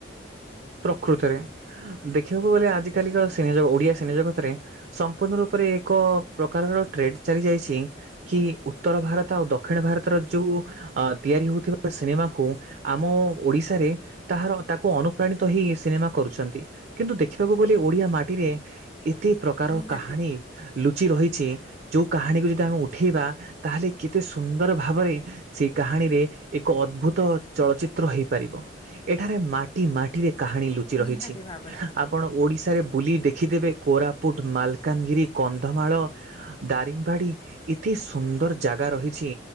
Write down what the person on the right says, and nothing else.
ପ୍ରକୃତରେ ଦେଖିବାକୁ ଗଲେ ଆଜି କାଲିକା ସିନିଯଗ ଓଡିଆ ସିନେଜଗତରେ ସମ୍ପୂର୍ଣ୍ଣ ରୂପରେ ଏକ ପ୍ରକାରର ଟ୍ରେଡ ଚାଲି ଯାଇଛି। କି ଉତ୍ତର ଭାରତ, ଆଉ ଦକ୍ଷିଣ ଭାରତର ଯୋଉ। ଅ ତିଆରି ହଉଥିବା ସିନେମାକୁ ଆମ ଓଡିଶାରେ ତାହାର ତାକୁ ଅନ ଅନୁପ୍ରାଣିତ ହେଇ ସିନେମା କରୁଛନ୍ତି କିନ୍ତୁ ଦେଖିବାକୁ ଗଲେ ଓଡ଼ିଆ ମାଟିରେ ଏତେ ପ୍ରକାର
କାହାଣୀ, ଲୁଚି ରହିଛି ଯୋଉ କାହାଣୀକୁ ଯଦି ଆମେ ଉଠେଇବା ତାହେଲେ କେତେ ସୁନ୍ଦର ଭାବରେ ସେଇ କାହାଣୀରେ ଏକ ଅଦ୍ଭୁତ ଚଳଚିତ୍ର ହେଇପାରିବ, ଏଠାରେ ମାଟି ମାଟି ମାଟିରେ କାହାଣୀ ଲୁଚି ରହିଛି।
ଆପଣ ଓଡ଼ିଶାରେ ବୁଲି ଦେଖିଦେବେ କୋରାପୁଟ, ମାଲକାନଗିରି, କନ୍ଧମାଳ ଦାରିଙ୍ଗବାଡ଼ି ଏତେ ସୁନ୍ଦର ଜାଗା ରହିଛି